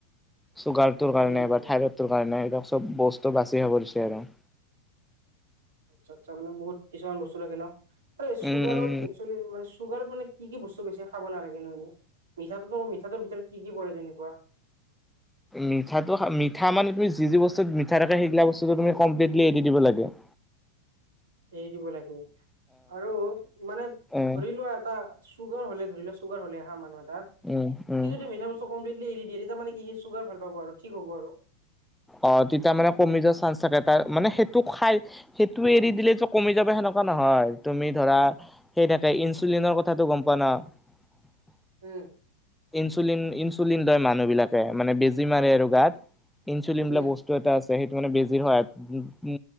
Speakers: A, in the centre; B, on the right.
A: চুগাৰটোৰ কাৰণে
B: উম
A: বা থাইৰইডটোৰ কাৰণে এইবিলাক চব বস্তু বাচি হ'ব দিছে আৰু -
B: আচ্ছা আচ্ছা মানে বহুত কিছুমান বস্তু ৰাখে ন এই চুগাৰত
A: উম উম
B: এস্কোৱলি- চুগাৰত মানে কি কি বস্তু বেছি খাব নালাগে নহয়নো - মিঠাটোতো মিঠাটোৰ ভিতৰত কি কি পৰে যেনেকুৱা -
A: মিঠাটো মিঠা মানে তুমি যি যি বস্তু মিঠা থাকে সেইগিলা বস্তুটো তুমি কমপ্লিটলি এৰি দিব লাগে -
B: এৰি দিব লাগে - আৰু মানে
A: এ
B: ধৰি লোৱা এটা চুগাৰ হলে ধৰি লোৱা - চুগাৰ হলে হা মানুহ এটাৰ সি
A: উম উম
B: যদি মিঠা বস্তু কমপ্লিট লি এৰি দিয়ে তেতিয়া মানে - কি সি চুগাৰ ভাল পাব আৰু ঠিক হ'ব আৰু -
A: অ তেতিয়া মানে কমি যোৱা চান্স থাকে তাৰ মানে সেইটো খাই - সেইটোও এৰি দিলেটো কমি যাব সেনক - নহয় তুমি ধৰা সেই থাকে ইনচুলিনৰ কথাটো গম পোৱা ন-
B: উম -
A: ইনচুলিন ইনচুলিন লয় মানুহবিলাকে মানে বেজি মাৰে আৰু গাত - ইনচুলিন বোলা
B: উম
A: বস্তু এটা আছে সেইটো মানে বেজি হয় উ